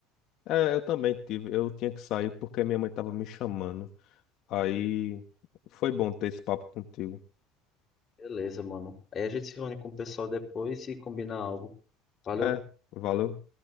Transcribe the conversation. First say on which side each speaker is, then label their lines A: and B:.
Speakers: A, on the left (about 55°); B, on the left (about 30°).
A: É, eu também tive. Eu tinha que sair porque minha mãe estava me chamando. Aí foi bom ter esse papo contigo.
B: Beleza, mano. Aí a gente se reúne com o pessoal depois e combina algo. Valeu.
A: É, valeu.